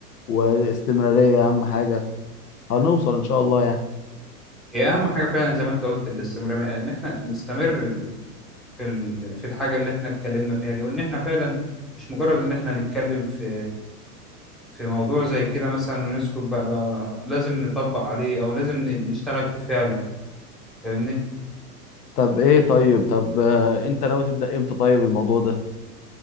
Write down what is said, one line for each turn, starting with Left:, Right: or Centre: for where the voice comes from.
Left: واستمراريه اهم حاجه هنوصل ان شاء الله يعني
Centre: هي اهم حاجه فعلا زي ما انت قلت الاستمراريه ان احنا نستمر ال- في ال- في الحاجه اللي احنا اتكلمنا فيها دي وان احنا فعلا مش مجرد ان احنا نتكلم في في موضوع زي كده مثلا ونسكت بقى لا لا لازم نطبق عليه او لازم ن- نشتغل فيه فعلا فاهمني
Left: طب ايه طيب طب آه، انت ناوي تبدا امتى طيب الموضوع ده